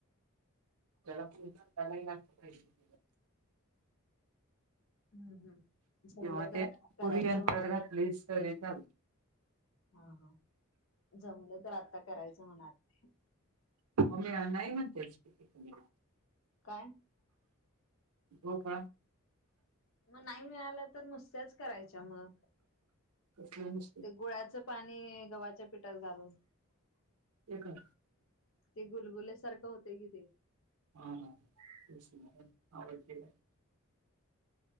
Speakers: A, on the right; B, on the left.
A: पसला लागत पाहिजे
B: हम्म हम्म. जमलं
A: तेव्हा
B: तर
A: ते
B: आता
A: पुरी
B: करायचं
A: अंतर्गातले
B: म्हणा.
A: स्तर हे ल
B: हा हा जमलं तर आता करायचं म्हणा नाही
A: आ म नाही म्हणते स्थिती तु
B: काय
A: हो का
B: मग नाही मिळालं तर नुसत्याच करायच्या मग
A: कसल्या नस
B: ते गुळाचं पाणी गव्हाच्या पिठात घालून
A: एकका
B: ते गुलगुलेसारखं होते कि ते
A: हा तेच आवडते